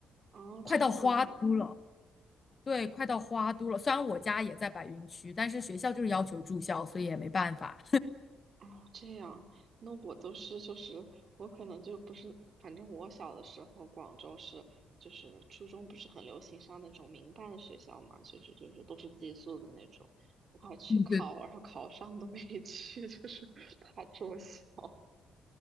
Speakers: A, on the right; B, on the left.
A: 哦，
B: 快到花都了。
A: 这样子。
B: 对，快到花都了。虽然我家也在白云区，但是学校就是要求住校，所以也没办法。
A: 哦，这样，那我都是就是我可能就不是，反正我小的时候，广州是就是初中不是很流行上那种民办学校嘛，就是就是都是寄宿的那种，我还去考，
B: 嗯，对
A: 然后考上都没 <laughs> 去，就是怕住校。